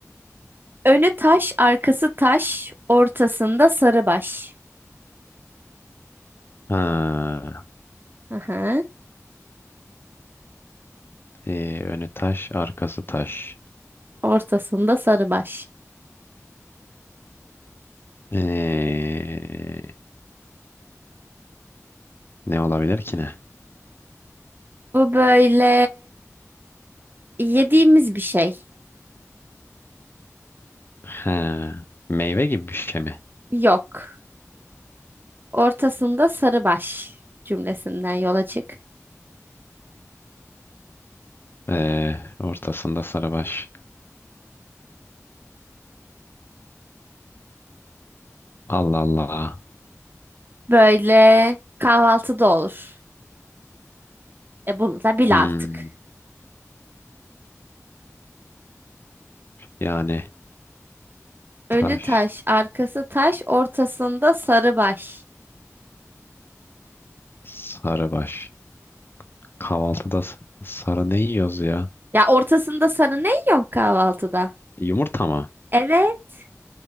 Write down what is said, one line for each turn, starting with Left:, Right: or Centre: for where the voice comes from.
Right: önü taş, arkası taş, ortasında sarı baş.
Left: Ha,
Right: Aha,
Left: ee, önü taş, arkası taş.
Right: ortasında sarı baş.
Left: Ee, ne olabilir ki ne?
Right: Bu böyle yediğimiz bir şey.
Left: Ha, meyve gibi bir şey mi?
Right: Yok. Ortasında sarı baş cümlesinden yola çık.
Left: Ee, ortasında sarıbaş. Allah Allah.
Right: Böyle kahvaltıda olur. E bunu da bil
Left: Hmm,
Right: artık.
Left: yani
Right: Önü
Left: taş,
Right: taş, arkası taş, ortasında sarı baş.
Left: sarıbaş. Kahvaltıda s- sarı ne yiyoruz ya?
Right: Ya ortasında sarı ne yiyorsun kahvaltıda?
Left: Yumurta mı?
Right: Evet.